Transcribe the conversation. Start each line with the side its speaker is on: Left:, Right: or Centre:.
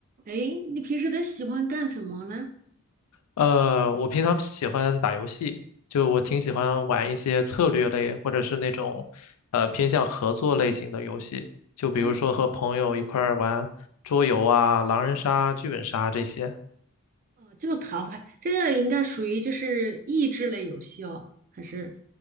Right: 哎，你平时都喜欢干什么呢？
Left: 呃，我平常喜欢打游戏，就我挺喜欢玩一些策略类或者是那种呃偏向合作类型的游戏，就比如说和朋友一块儿玩桌游啊、
Right: 哦，
Left: 狼人杀、剧本杀这些。
Right: 这个卡牌，这个应该属于就是益智类游戏哦，还是？